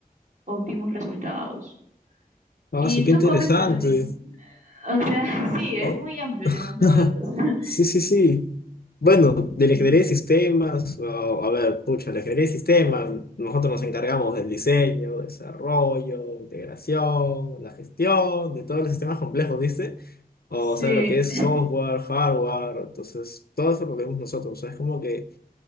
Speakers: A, on the right; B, on the left.
A: óptimos resultados.
B: Ah,
A: Y
B: eso, qué
A: tú
B: interesante.
A: coméntame, mira. O sea, <laughs> sí, es
B: Oh.
A: muy amplio
B: <laughs>
A: el tema de los datos. <laughs>
B: Sí, sí, sí. Bueno, de
A: Sí.
B: la ingeniería de sistemas, oh, a ver, pucha, la ingeniería de sistemas, nosotros nos encargamos del diseño, desarrollo, integración, la gestión, de todos los sistemas complejos, ¿viste? O
A: Sí.
B: sea, lo que es software, hardware, entonces, todo eso lo vemos nosotros. O sea, es como que